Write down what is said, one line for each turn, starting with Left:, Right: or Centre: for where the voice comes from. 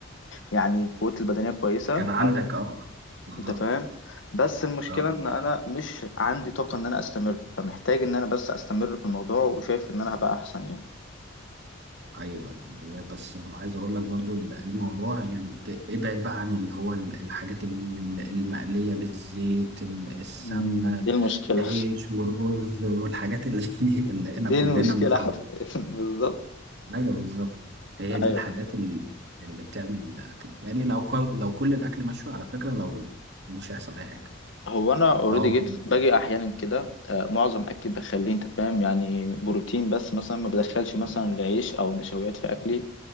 Left: يعني قوتي البدنيه كويسه
Right: كان عندك
Left: او
Right: اه بالظبط
Left: انت فاهم بس المشكله
Right: اه
Left: ان انا مش عندي طاقه ان انا استمر فمحتاج ان انا بس استمر في الموضوع وشايف ان انا هبقى احسن يعني
Right: ايوه ايوه والله بس هو عايز اقول لك برضو ال- الموضوع يعني ا- ابعد بقى عن اللي هو ال- الحاجات ال- ال- المقليه بالزيت ال- السمنه
Left: مم، دي المشكله
Right: العيش والرز والحاجات اللي <laughs> اللي
Left: <laughs>
Right: احنا
Left: دي
Right: كلنا
Left: المشكله
Right: متعودين
Left: حرفيا <laughs> بالظبط
Right: ايوه بالظبط هي دي
Left: ايوه
Right: الحاجات ال- اللي بتعمل الاكل يعني لو ك- لو كل الاكل مشوي على فكره لو مش هيحصل اي حاجه
Left: هو انا اوريدي
Right: اه
Left: جيت باجي احيانا كده آه، معظم اكلي بخليه انت فاهم يعني بروتين بس مثلا ما بدخلش مثلا عيش او نشويات في اكلي